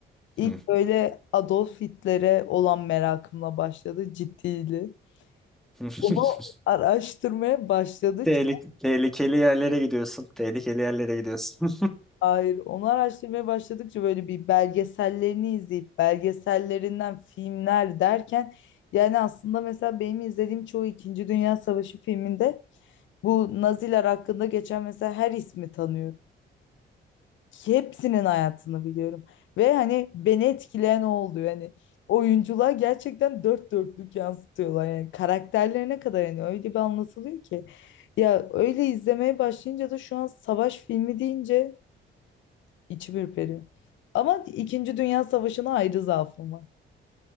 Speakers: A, on the left; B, in the centre.
A: İlk
B: Hı.
A: böyle Adolf Hitler'e olan merakımla başladı ciddiydi.
B: <laughs>
A: Onu araştırmaya başladıkça,
B: Tehlik tehlikeli yerlere gidiyorsun. Tehlikeli yerlere gidiyorsun.
A: hayır, onu araştırmaya başladıkça böyle bir belgesellerini izleyip belgesellerinden filmler derken yani aslında mesela benim izlediğim çoğu İkinci Dünya Savaşı filminde bu Naziler hakkında geçen mesela her ismi tanıyorum. hepsinin hayatını biliyorum. Ve hani beni etkileyen o oldu. Yani oyunculuğa gerçekten dört dörtlük yansıtıyorlar. Yani karakterlerine kadar yani öyle bir anlatılıyor ki. Ya öyle izlemeye başlayınca da şu an savaş filmi deyince içim ürperiyor. Ama İkinci Dünya Savaşı'na ayrı zaafım var.